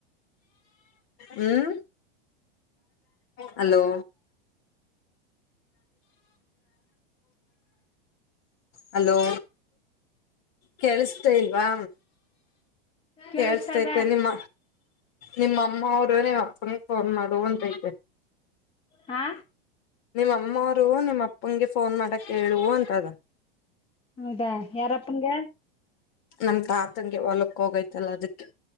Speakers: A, on the left; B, on the left.
A: ಹ್ಮ್. ಹಲೋ ಹಲೋ ಕೇೇಳಸ್ತೇ ಇಲ್ವಾ
B: ಕೇಳಿಸ್ತದ
A: ಕೇಳ್ಸ್ತತೆ ನಿಮ್ಮ ನಿಮ್ಮ ಅಮ್ಮ ಅವರು ನೀವು ಅಪ್ಪನ ಫೋನ್ ಮಾಡುವ ಅಂತೈತೆ.
B: ಹಾ
A: ನಿಮ್ಮಮ್ಮವರು ನಿಮ್ಮ ಅಪ್ಪನಗೆ ಫೋನ್ ಮಾಡಕ್ ಹೇಳುವ ಅಂತದ.
B: ಹೌದೇ ಯಾರಪ್ಪನ್ಗೆ.
A: ನಮ್ ತಾತಂಗೆ ಹೊಲಕ್ಕ ಹೋಗೈತಲ್ಲ ಅದಕ್ಕೆ.